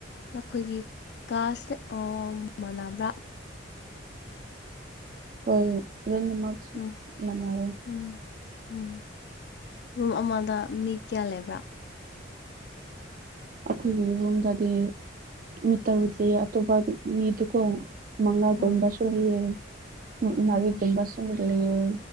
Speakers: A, on the left; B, on the right.
A: ꯅꯈꯣꯏꯒꯤ ꯀꯥꯁꯦ ꯑꯣ ꯃꯥꯟꯅꯕ꯭ꯔꯥ
B: ꯍꯣꯏ ꯂꯣꯏꯅꯃꯛ
A: ꯎꯝ
B: ꯃꯥꯟꯅꯩꯌꯦ
A: ꯎꯝ ꯎꯝ ꯔꯨꯝ ꯑꯃꯗ ꯃꯤ ꯀꯌꯥ ꯂꯩꯕ꯭ꯔꯥ
B: ꯑꯩꯈꯣꯏꯒꯤ ꯔꯨꯝꯗꯗꯤ ꯃꯤ ꯇꯔꯨꯛ ꯂꯩ ꯑꯇꯣꯞꯄ ꯃꯤꯗꯨꯀꯣ ꯃꯉꯥꯒꯨꯝꯕꯁꯨ
A: ꯎꯝ
B: ꯂꯩꯌꯦ ꯃꯥ
A: ꯎꯝ
B: ꯃꯔꯤꯒꯨꯝꯕꯁꯨ ꯂꯩ ꯂꯩꯑꯦ